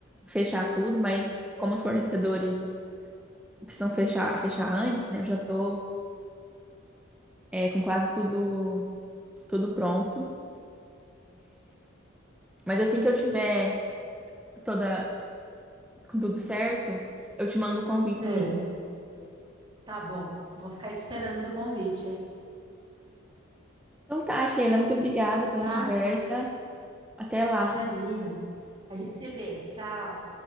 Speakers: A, in the centre; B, on the right.
A: fechar tudo, mas como os fornecedores precisam fechar, fechar antes, né? Eu já tô, é, com quase tudo, tudo pronto. Mas assim que eu tiver toda, com tudo certo, eu te mando o convite, sim.
B: É, <laughs> Tá bom, vou ficar esperando o teu convite, hein?
A: Então tá, Sheila, muito obrigada pela
B: tá?
A: conversa. Até lá.
B: Imagina. A gente se vê. Tchau.